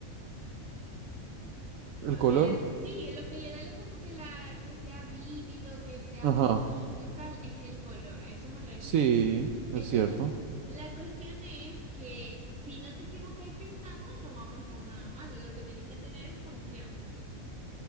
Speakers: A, on the right; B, in the centre.
A: ¿El
B: lo
A: color?
B: que le da, sí, lo que le da la- como que la, que sea vívido, que sea bonito
A: Ajá.
B: y tal, es el color, a eso me refiero.
A: Sí, es
B: Entonces,
A: cierto.
B: la cuestión es que si no te equivocáis pintando, no va a pasar nada malo. Lo que tenéis que tener es confianza.